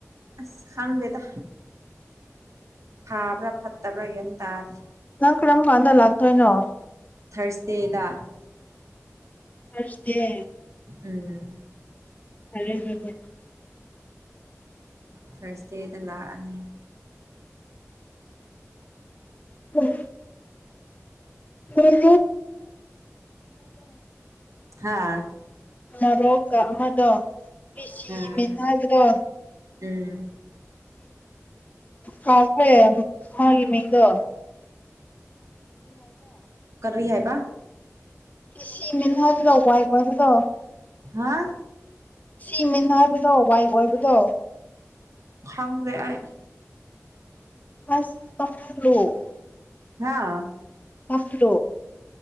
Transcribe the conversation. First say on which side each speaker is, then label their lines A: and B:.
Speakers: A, on the right (about 70°); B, on the left (about 30°).
A: ꯑꯁ ꯈꯪꯗꯦꯗ ꯊꯥꯕ꯭ꯔꯥ ꯐꯠꯇꯕ꯭ꯔꯥꯒꯟ ꯇꯥꯗꯤꯦ
B: ꯅꯪ ꯀ꯭ꯔꯝ ꯀꯥꯟꯗ ꯂꯥꯛꯗꯣꯏꯅꯣ
A: ꯊꯔꯁꯗꯦꯗ
B: ꯍꯁꯇ
A: ꯎꯝ
B: <unintelligible>
A: ꯊꯔꯁꯗꯦꯗ ꯂꯥꯛꯑꯅꯤ
B: ꯎꯝ ꯀꯗꯤ
A: ꯍꯥꯥ
B: ꯅꯔꯣꯛꯀ ꯑꯃꯗꯣ ꯐꯤꯁꯤ
A: ꯎꯝ
B: ꯃꯤꯅꯥꯕꯗꯣ
A: ꯎꯝ
B: ꯀꯥꯇ꯭ꯔꯦ ꯍꯥꯏꯒꯤ ꯃꯤꯗꯣ
A: ꯔꯤ ꯍꯥꯏꯕ
B: ꯁꯤ ꯃꯤꯅ ꯍꯥꯏꯕꯗ ꯋꯥꯏ ꯋꯥꯏꯕꯗꯣ
A: ꯍꯥ
B: ꯏ ꯃꯤꯟ ꯍꯥꯏꯕꯗꯣ ꯋꯥꯏ ꯑꯣꯏꯕꯗꯣ
A: ꯐꯝꯗꯥꯏ
B: ꯑꯁꯣ
A: ꯍꯥꯥ
B: ꯑꯐꯣ